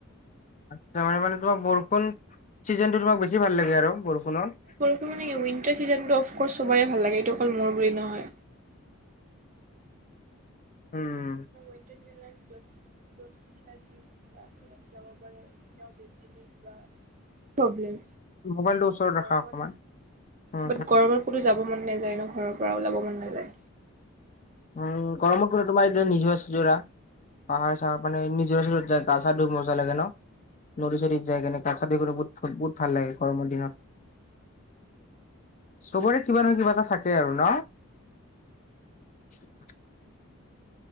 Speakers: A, on the left; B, on the right.
A: আচ্ছা, মানে মানে তোমাৰ বৰষুণ ছিজনটো তোমাক বেছি ভাল লাগে আৰু বৰষুণত।
B: টো মানে কি উইণতাৰ চিজনটো অফকৰ্চ চবৰে ভাল লাগে, এইটো অকল মোৰ বুলি নহয়।
A: উম।
B: <unintelligible> <unintelligible> প্ৰব্লেম।
A: মোবাইলটো ওচৰত
B: গৰমত
A: ৰাখা অকমান। হু,
B: বাট
A: হু।
B: গৰমত ক'তো যাব মন নেযায় ন' ঘৰৰ পৰা ওলাব মন নাযায়।
A: উম, গৰমত কোনে তোমাৰ এতিয়া নিজৰা ছিজৰা। পাহাৰ চাহাৰ মানে নিজৰা চিজৰাত যায় গা চা ধুই মজা লাগে ন'? নদি চদিত যায় কিনে, গা চা ধুই কিনে বহুত বহুত ভাল লাগে গৰমৰ দিনত। চবৰে কিবা নহয় কিবা এটা থাকে আৰু ন'? <inaudible>